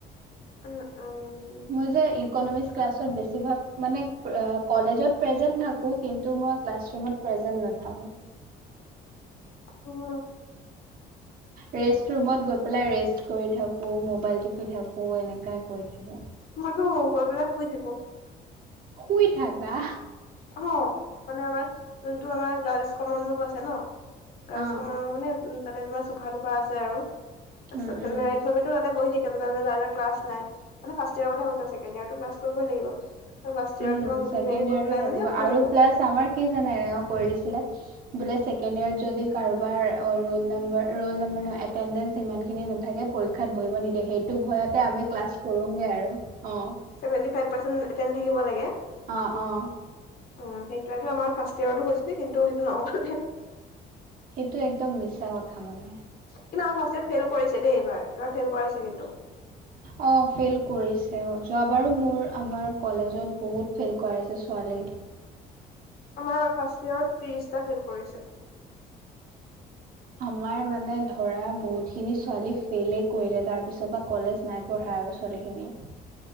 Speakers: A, on the left; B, on the right.
A: উহ, উম,
B: মই যে ইকনমিক্স ক্লাছত বেছিভাগ মানে কলেজত প্ৰেজেন্ট থাকো কিন্তু মই ক্লাছৰুমত প্ৰেজেন্ট নাথাকো।
A: অহ,
B: ৰেষ্ট ৰুমত গৈ পেলাই ৰেষ্ট কৰি থাকো মবাইল টিপি থাকো এনেকাই কৰি থাকো।
A: মইতো গৈ পেলাই শুই থাকো।
B: শুই থাকা
A: অহ, মানে আমাৰ যোনটো আমাৰ গাৰ্লচ কমন ৰূপ আছে ন গাৰ্লচ
B: অ',
A: কমন ৰ মানে উ তা তোমাৰ চোফা তোফা আছে আৰু তাৰপিছত
B: উম উম
A: তেনে সবো তাতে বহি থাকে তে য ক্লাছ নাই মান ফাৰ্ষ্ ইয়াৰৰ কৈছছেকেণ্ড ইয়াৰটো পা কৰিবইাগিব ত মই
B: উম
A: গ ঘূনীয়াকে
B: ছেকেণ্ড ইয়েৰটো
A: গৈ পেলাই
B: লাগিব
A: মানে শুই
B: আৰু
A: থাকো
B: প্লাছ আমাৰ কি জানে এনে কৰি দিছিলে বোলে ছেকেণ্ড ইয়াৰত যদি কাৰোবাৰ ৰোল নম্ব ৰল নম্ব নটেডে ই খিনি নাথাকে পৰীক্ষাত বহিব নিদিয়ে সেইটো ভয়তে আমি ক্লাছ কৰোগে আৰু অ
A: ভেট ফ থাক লাগে
B: অ', অ'
A: অ' সেইটয়টো আমাৰ ফাৰ্ষ্ট ইয়েৰতো কৈছিলে কিন্তু সেইটো নহলে।
B: সেইটো একদম মিছা কথা মানে।
A: কিন্তু আমাৰ ফাষ্ঠয়াৰত ফেইল কৰিছে দেই এইবাৰ এইবাৰ ফেইল কৰাইছে কিন্তু।
B: অ' ফেইল কৰিছে অ' যোৱ বাৰো মোৰ আমাৰ কলেজত বহুত ফেইল কৰাইছে ছোৱালীক।
A: আমাৰ ফাৰ্ষ্ট ইয়েৰত ত্ৰিশটা খেল কৰিছে।
B: আমাৰ মানে ধৰা বহুত খিনি ছোৱালী ফেইলে কৰিলে তাৰ পিছৰ বা কলেজ নাই পঢ়া আৰু ছোৱালীখিনিয়ে।